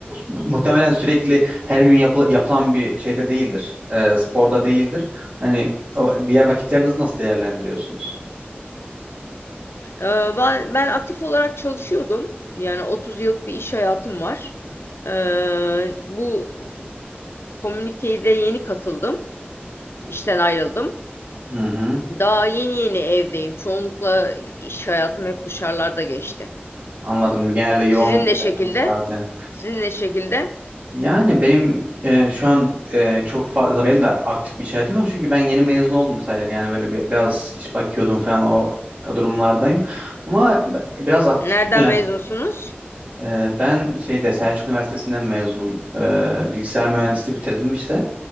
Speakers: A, on the right; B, on the left.
A: muhtemelen sürekli her gün yapıl- yapılan bir şeyde değildir. E, sporda değildir. Hani o, diğer vakitlerinizi nasıl değerlendiriyorsunuz?
B: Ee, ben, ben aktif olarak çalışıyordum. Yani 30 yıllık bir iş hayatım var. Ee, bu Komüniteye de yeni katıldım. İşten ayrıldım.
A: Hı hı.
B: Daha yeni yeni evdeyim. Çoğunlukla iş hayatım hep dışarılarda geçti.
A: Anladım. Genelde yoğun
B: Sizin
A: bir
B: ne şekilde?
A: hayatınız vardı.
B: Sizin ne şekilde?
A: Yani benim e, şu an e, çok fazla benim de aktif bir iş hayatım yok. Çünkü ben yeni mezun oldum sayılır. Yani böyle bi- biraz iş bakıyordum falan o durumlardayım. Ama b- biraz aktifim
B: Nereden
A: yani.
B: mezunsunuz?
A: E, ben şeyde Selçuk Üniversitesi'nden mezunum. E, bilgisayar mühendisliği bitirdim işte.